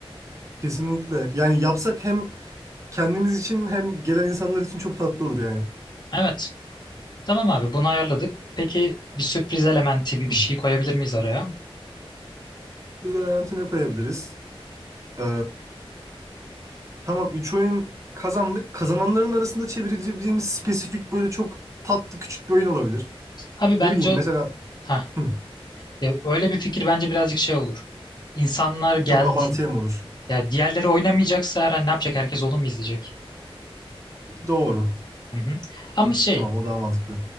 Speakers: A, on the right (about 30°); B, on the left (about 45°).
A: Kesinlikle. Yani yapsak hem kendimiz için hem gelen insanlar için çok tatlı olur yani.
B: Evet. Tamam abi bunu ayarladık. Peki bir sürpriz elementi bir
A: Hı.
B: bir şey koyabilir miyiz araya?
A: Biz de Valentin'e koyabiliriz. Ee, Tamam 3 oyun kazandık. Kazananların arasında çevirebileceğimiz spesifik böyle çok tatlı küçük bir oyun olabilir.
B: Abi bence
A: Ne bileyim
B: o...
A: mesela
B: Heh.
A: hı,
B: Ya öyle bir fikir bence birazcık şey olur. İnsanlar geldin
A: çok abartıya mı olur?
B: ya diğerleri oynamayacaksa her an ne yapacak? Herkes onu mu izleyecek?
A: Doğru.
B: Hı hı. Ama
A: O,
B: şey
A: tamam o daha mantıklı.